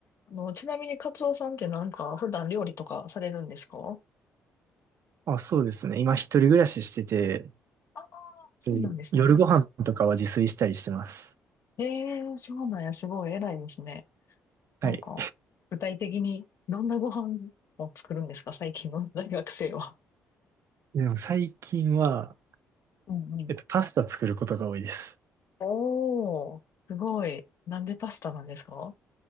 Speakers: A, on the left (about 55°); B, on the right (about 55°).
A: あの、ちなみにカツオさんってなんか普段料理とかされるんですか
B: あ、そうですね。今一人暮らししてて、
A: ああー、そうなんですね。
B: で夜ご飯とかは自炊したりしてます。
A: ええー、そうなんや、すごい偉いですね。
B: はい。
A: なんか、具体的にどんなご飯を作るんですか最近の大学生は。
B: <laughs> でも最近は、
A: うんうん。
B: えっと、パスタ作ることが多いです。
A: おー、すごい。なんでパスタなんですか